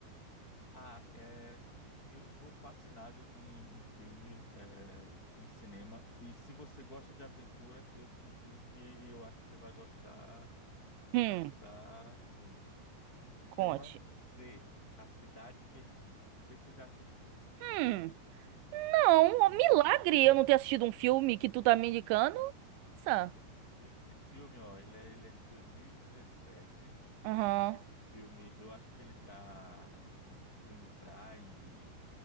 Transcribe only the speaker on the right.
Hum,
conte.
Hum, não, ó,
milagre eu não ter assistido um filme que tu tá me indicando. Nossa.
Aham,